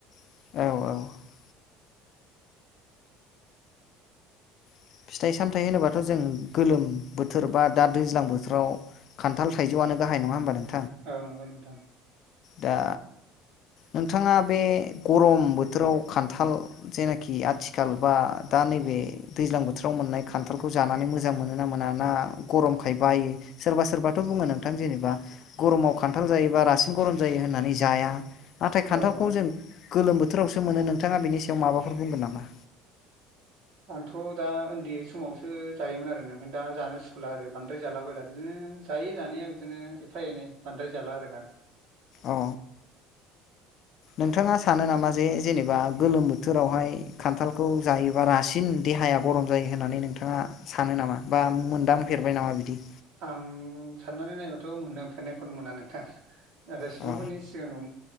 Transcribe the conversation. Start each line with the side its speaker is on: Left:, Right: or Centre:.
Left: <inaudible> <unintelligible> गाहाय नङा होनबा नों -
Right: औ नंगौ नोंथां
Left: दा नोंथाङा बे गरम बोथोराव खान्थाल जेनाखि आथिखाल बा दा नैबे दैज्लां बोथोर बोथोराव मोननाय खान्थालखौ जानानै मोजां मोनो ना मोना ना गरमखाय बायो सोरबा सोरबाथ' बुङो नोंथां जेनेबा गरमाव खान्थाल जायोबा रासिन गरम जायो होननानै जाया। नाथाय खान्थालखौ
Right: औ बुं
Left: जों गोलोम बोथोरावसो मोनो नोंथाङा बेनि सायाव माबाफोर बुंगोन नामा
Right: आंथ' दा उन्दै समावसो जायोमोन आरोना दा जानो सुखुला आरो बांद्राय जाला बायला बिदिनो जायो जानाया बिदिनो एफा एनै बांद्राय जाला आरो दाना
Left: औ नोंथाङा सानो नामा जे जेनेबा गोलोम बोथोरावहाय खान्थालखौ जायोबा रासिन देहानि हाया गरम जायो होननानै नोंथाङा सानो नामा बा मोनदांफेरबाय नामा बिदि।
Right: आं साननानै नायबाथ' मोनदांफेरनायखौनो मोना नोंथां नाथाय सुबुंफोरनि
Left: अ
Right: सिगाङाव